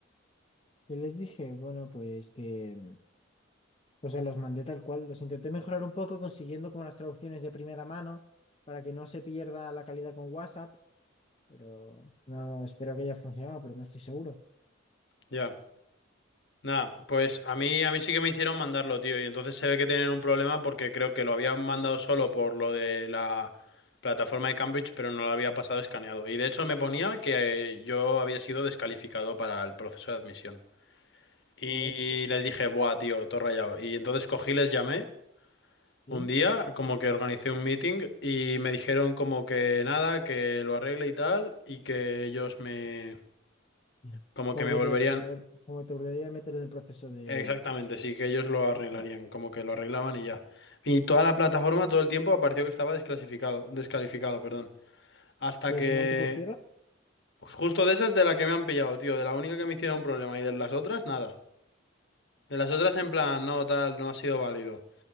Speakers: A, on the left (about 30°); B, on the left (about 60°).
A: Y les dije, bueno, pues que, O sea, los mandé tal cual. Los intenté mejorar un poco consiguiendo como las traducciones de primera mano para que no se pierda la calidad con WhatsApp, pero no espero que haya funcionado, pero no estoy seguro.
B: Ya. Nada, pues a mí, a mí sí que me hicieron mandarlo, tío, y entonces se ve que tienen un problema porque creo que lo habían mandado solo por lo de la plataforma de Cambridge, pero no lo había pasado escaneado. Y de hecho me ponía que eh, yo había sido descalificado para el proceso de admisión. Y
A: Joder, qué raro.
B: les dije, buah, tío, todo rayado. Y entonces cogí, les llamé
A: sí.
B: un día, como que organicé un meeting y me dijeron como que nada, que lo arregle y tal, y que ellos me...
A: Sí.
B: como
A: Como
B: que me
A: que
B: volverían...
A: te, como que te volvería a meter en el proceso de...
B: Exactamente, sí, que ellos lo arreglarían,
A: Vale.
B: como que lo arreglaban y ya. Y toda la plataforma todo el tiempo apareció que estaba desclasificado, descalificado, perdón. Hasta
A: Y al
B: que...
A: final te cogieron.
B: Justo de esas de la que me han pillado, tío, de la única que me hicieron problema y de las otras, nada. De las otras en plan, no, tal, no ha sido válido,